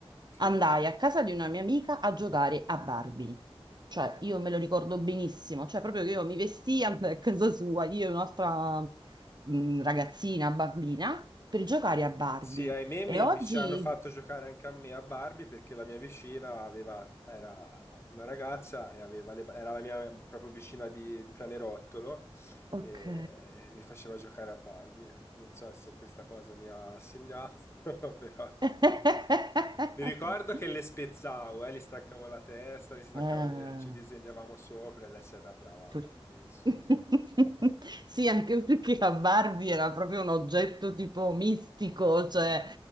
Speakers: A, on the right (about 45°); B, on the left (about 25°).
A: andai
B: Sì.
A: a casa di una mia amica a giocare a Barbie. Cioè, io me lo ricordo benissimo, cioè proprio che io mi vestia andai a casa sua, io e un'altra mm, ragazzina, bambina, per giocare a Barbie.
B: Sì, ahimè
A: E
B: mi,
A: oggi...
B: mi ci hanno fatto giocare anche a me a Barbie perché la mia vicina aveva, era una ragazza e aveva le, era la mia proprio vicina di, di pianerottolo
A: Ok.
B: e mi faceva giocare a Barbie. Non so se questa cosa mi ha segnato, <laughs> però
A: <laughs>
B: mi ricordo che le spezzavo, eh, gli staccavo la testa, gli staccavo
A: Eh,
B: le- ci disegnavamo sopra e lei si arrabbiava
A: pure-
B: tantissimo.
A: <laughs>
B: Sì,
A: Sì, anche perché la Barbie era proprio un oggetto tipo mistico, cioè,